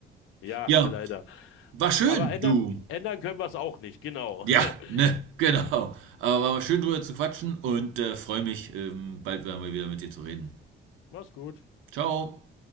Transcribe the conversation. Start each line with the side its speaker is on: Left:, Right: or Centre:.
Left: Ja,
Right: Ja,
Left: leider.
Right: war schön,
Left: Aber ändern,
Right: du.
Left: ändern können wir es auch nicht, genau.
Right: Ja,
Left: <laughs>
Right: ne, genau. Aber war mal schön drüber zu quatschen und äh, freue mich, ähm, bald wieder mal wieder mit dir zu reden.
Left: Mach's gut.
Right: Ciao.